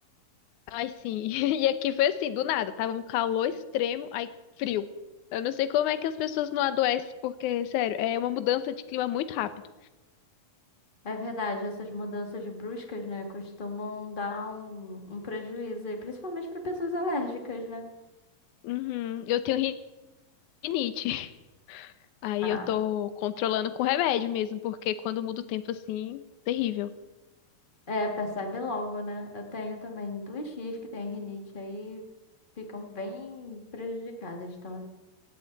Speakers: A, on the left; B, on the left.
A: Ai, sim. <laughs> E aqui foi assim, do nada. Tava um calor extremo, aí frio. Eu não sei como é que as pessoas não adoecem, porque, sério, é uma mudança de clima muito rápido.
B: É verdade, essas mudanças bruscas, né, costumam dar um, um prejuízo aí, principalmente para pessoas alérgicas, né?
A: Uhum, eu tenho ri- rinite. <laughs> Aí
B: Ah,
A: eu tô controlando com remédio mesmo, porque quando muda o tempo assim, terrível.
B: é, percebe logo, né? Eu tenho também duas tias que têm rinite aí, ficam bem prejudicadas. Então,